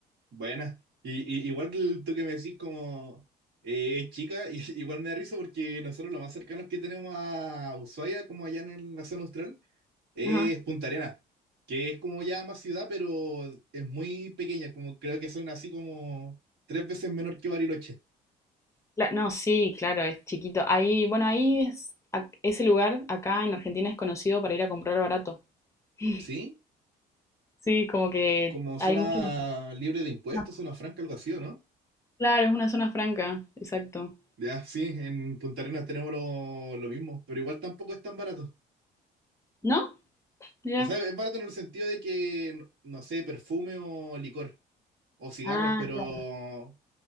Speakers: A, on the right; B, on the left.
A: buena. Y, y- igual que el- tú que me decís como eh, es chica, <laughs> y- igual me da risa porque nosotros lo más cercanos que tenemos a Ushuaia, como allá en el- la zona austral, es
B: Ajá.
A: Punta Arenas, que es como ya más ciudad, pero es muy pequeña, como creo que son así como tres veces menor que Bariloche.
B: Cla- No, sí, claro, es chiquito. Ahí, bueno, ahí es, ac- ese lugar acá en Argentina es conocido para ir a comprar barato. <laughs>
A: ¿Sí?
B: Sí, como que
A: como zona
B: hay muchos.
A: libre de impuestos,
B: Ah,
A: zona franca, algo así, ¿o no?
B: Claro, es una zona franca, exacto.
A: Ya, sí, en Punta Arenas tenemos lo, lo mismo, pero igual tampoco es tan barato.
B: ¿No? Mira.
A: O sea, es barato en el sentido de que, no no sé, perfume o licor o cigarros,
B: Ah,
A: pero
B: claro.